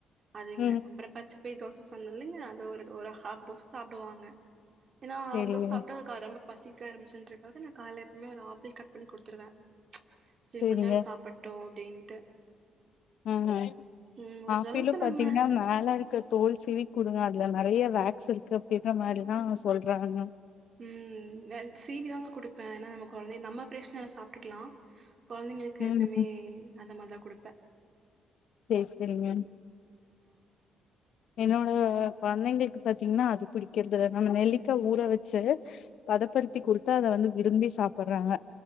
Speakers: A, on the right; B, on the left.
A: அதுங்க
B: ம்
A: அப்பற பச்சப்பய் தோச சொன்னல்லேங்க அது ஒரு ஒரு ஹாஃப் தோச சாப்டுவாங்க ஏன்னா
B: செரிங்க
A: ஹாஃப் தோச சாப்ட்டா அதுக்கு ரொம்ப பசிக்க ஆரம்பிச்சுன்ருக் அதுக்குன் நா கால்ல எப்வுமே ஒரு ஆப்பிள் கட் பண்ணி குடுத்துருவ சேரி
B: செரிங்க
A: முட்ஞ்சளவு சாப்பட்டு அப்டின்ட்டு
B: ம் ஹு
A: ம் முடிஞ்ச
B: ஆப்பிளு
A: அளவுக்கு
B: பாத்தீங்கன்னா
A: நம்ம
B: மேலருக் க தோல் சீவி குடுங்க அதுல நெறைய வேக்ஸ் இருக்கு அப்டின்ற மாரில்லா சொல்றாங்க.
A: ம் நான் சீவி தாங்க குடுப்ப ஏன்னா நம்ம கொழந்தை நம்ம பிரச்சனல்ல சாப்ட்டுக்கலா கொழந்தைங்களுக்கு
B: ம்
A: எப்பயுமே அந்த மாரிதா குடுப்ப
B: சேரி சேரிங்க.
A: ம்
B: என்னோட கொழந்தைங்களுக்கு பாத்தீங்கன்னா அது பிடிக்கறதுல்ல நம்ம நெல்லிக்கா ஊற வச்சு பதப்படுத்திக் குடுத்தா அத வந்து விரும்பி சாப்புறாங்க